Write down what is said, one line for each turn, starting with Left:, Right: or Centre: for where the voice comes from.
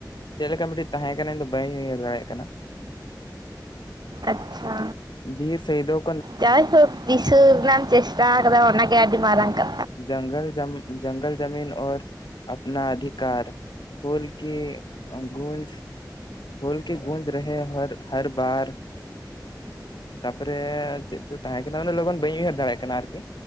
Left: ᱪᱮᱫᱞᱮᱠᱟ ᱢᱤᱫᱴᱤᱡ ᱛᱟᱦᱮᱸ ᱠᱟᱱᱟ ᱤᱧ ᱫᱚ ᱵᱟᱹᱧ ᱩᱤᱭᱟᱹᱟᱹᱨ ᱫᱟᱲᱮᱭᱟᱜ ᱠᱟᱱᱟ᱾
Right: ᱟᱪᱪᱷᱟ
Left: ᱵᱤᱨᱤᱨ ᱥᱟᱹᱭᱫᱚᱼᱼ
Right: ᱪ ᱫᱤᱥᱤᱥ ᱨᱮᱱᱟᱜᱢ ᱪᱮᱥᱴᱟ ᱠᱟᱫᱟ ᱚᱱᱟᱜᱮ ᱟᱹᱰᱤ ᱢᱟᱨᱟᱝᱠᱟᱼᱼ
Left: ᱡᱚᱝᱜᱚᱞ ᱡᱚᱢᱤᱱ ᱡᱚᱝᱜᱚᱞ ᱡᱚᱢᱤᱱ ᱚᱨ ᱟᱯᱱᱟ ᱟᱫᱤᱠᱟᱨ ᱦᱳᱞ ᱠᱮ ᱜᱩᱡ ᱦᱞ ᱠ ᱜᱩᱡ ᱨᱮ ᱦ ᱦᱟᱨ ᱵᱟᱨ ᱛᱟᱯᱚᱨᱮ ᱪᱮᱫ ᱪᱚ ᱛᱟᱦᱮᱸ ᱠᱟᱱᱟᱮ ᱞᱚᱜᱚᱱ ᱵᱟᱹᱧ ᱩᱭᱦᱟᱹᱨ ᱫᱟᱲᱮᱭᱟᱜ ᱠᱟᱱᱟ ᱟᱨᱠᱤ